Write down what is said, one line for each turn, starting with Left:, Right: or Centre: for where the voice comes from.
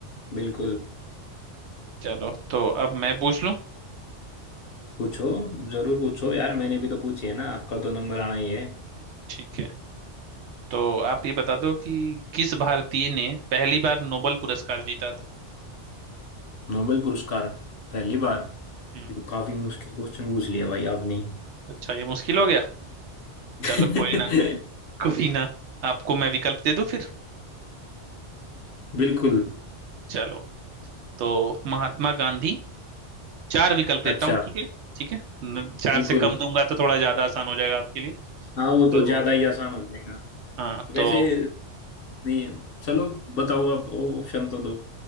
Left: बिल्कुल
Right: चलो तो अब मैं पूछ लूं
Left: पूछो जरूर पूछो यार मैंने भी तो पूछी है ना आपका तो नंबर आना ही है
Right: ठीक है तो आप ये बता दो कि किस भारतीय ने पहली बार नोबेल पुरस्कार जीता था
Left: नोबेल पुरस्कार पहली
Right: हाँ
Left: बार
Right: हम्म,
Left: ये तो काफी मुश्किल क्वेश्चन पूछ लिया भाई आपने
Right: अच्छा ये मुश्किल हो गया
Left: <laughs>
Right: चलो कोई ना कोई ना आपको मैं विकल्प दे दूं फिर
Left: बिल्कुल
Right: चलो तो महात्मा गांधी चार विकल्प देता
Left: अच्छा
Right: हूँ ठीक है ठीक है न- चार
Left: बिल्कुल
Right: से कम दूंगा तो थोड़ा ज्यादा आसान हो जाएगा आपके लिए
Left: हाँ वो
Right: तो
Left: तो ज्यादा ही आसान हो जाएगा
Right: हाँ
Left: वैसे
Right: तो
Left: नहीं चलो बताओ आप ऑप्शन तो दो